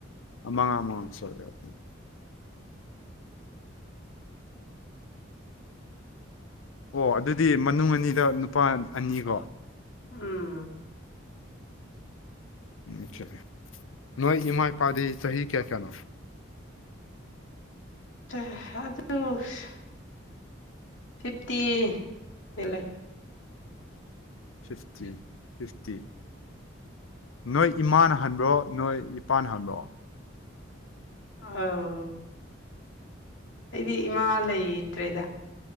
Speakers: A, on the left; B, on the left.
A: ꯑꯥ ꯃꯪꯉꯥ ꯃꯥꯡ ꯁꯣꯏꯔ‌ꯦ ꯎꯝ ꯑꯣ ꯑꯗꯨꯗꯤ ꯃꯅꯨꯡ ꯑꯅꯤꯗ ꯅꯨꯄꯥ ꯑꯟ ꯑꯅꯤꯀꯣ
B: ꯎꯝ
A: <unintelligible> ꯅꯣꯏ ꯏꯃꯥ ꯏꯄꯥꯗꯤ ꯆꯍꯤ ꯀꯤꯌꯥ ꯀꯌꯥꯅꯣ
B: ꯆꯂꯍ‌ꯦ ꯑꯗꯨꯁ ꯐꯤꯄꯇꯤ ꯍ‌ꯦꯜꯂ‌ꯦ
A: ꯐꯤꯐꯇꯤ ꯐꯤꯐꯇꯤ ꯅꯣꯏ ꯏꯃꯥꯅ ꯍꯟꯕ꯭ꯔꯣ ꯅꯣꯏ ꯏꯄꯥꯅ ꯍꯟꯕ꯭ꯔꯣ
B: ꯑꯧ ꯑꯩꯗꯤ ꯏꯃꯥ ꯂꯩꯇ꯭ꯔꯦꯗ